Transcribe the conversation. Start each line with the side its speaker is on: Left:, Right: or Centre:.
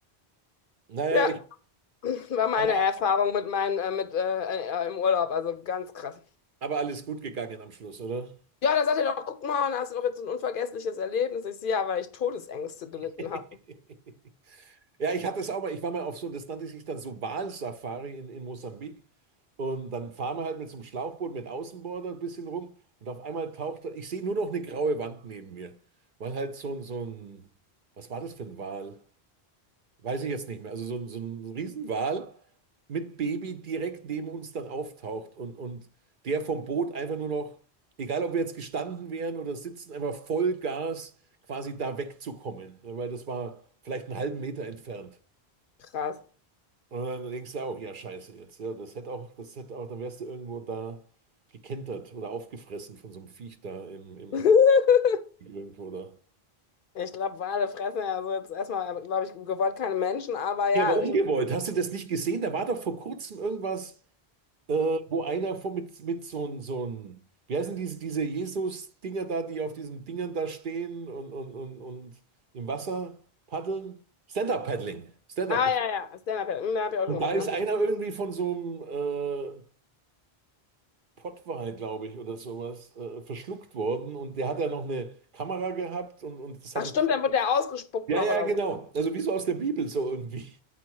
Right: Naja,
Left: Ja,
Right: ich,
Left: <clears throat> war meine
Right: aber,
Left: Erfahrung mit meinen, äh, mit, äh, äh, im Urlaub, also ganz krass.
Right: aber alles gut gegangen am Schluss, oder?
Left: Ja, da sagt er doch, guck mal, da hast du doch jetzt so ein unvergessliches Erlebnis. Ich sehe ja, weil ich Todesängste gelitten
Right: <laughs>
Left: habe.
Right: Ja, ich hatte es auch mal, ich war mal auf so, das nannte sich dann so Walsafari in, in Mosambik. Und dann fahren wir halt mit so einem Schlauchboot mit Außenborder ein bisschen rum und auf einmal taucht, da- ich sehe nur noch eine graue Wand neben mir, weil halt so, ein- so ein, was war das für ein Wal? Weiß ich jetzt nicht mehr. Also so, ein- so ein Riesenwal mit Baby direkt neben uns dann auftaucht und, und der vom Boot einfach nur noch, egal ob wir jetzt gestanden wären oder sitzen, einfach Vollgas quasi da wegzukommen. Ja, Weil das war vielleicht einen halben Meter entfernt.
Left: Krass.
Right: Und dann denkst du auch, ja, scheiße jetzt. Ja, das hätte auch, das hätte auch, dann wärst du irgendwo da gekentert oder aufgefressen von so einem Viech da im, im
Left: <laughs>
Right: irgendwo da.
Left: Ich glaube, Wale fressen ja so jetzt erstmal, glaube ich, gewollt keine Menschen, aber ja.
Right: Ja, aber umgebeut.
Left: Ich,
Right: Hast du das nicht gesehen? Da war doch vor kurzem irgendwas. Wo einer von, mit, mit so einem, so ein, wie heißen diese, diese Jesus-Dinger da, die auf diesen Dingern da stehen und, und, und, und im Wasser paddeln? Stand-up-Paddling. Stand-up-Paddling.
Left: ah, ja, ja, Stand-up, ja, hm, hab ich auch
Right: Und
Left: schon gemacht,
Right: da ist
Left: ja.
Right: einer irgendwie von so einem äh, Pottwal, glaube ich, oder sowas, äh, verschluckt worden und der hat ja noch eine Kamera gehabt und, und das
Left: Ach,
Right: hat es.
Left: stimmt, dann wird der ausgespuckt
Right: Ja,
Left: noch
Right: ja,
Left: oder
Right: genau.
Left: so.
Right: Also wie so aus der Bibel, so irgendwie.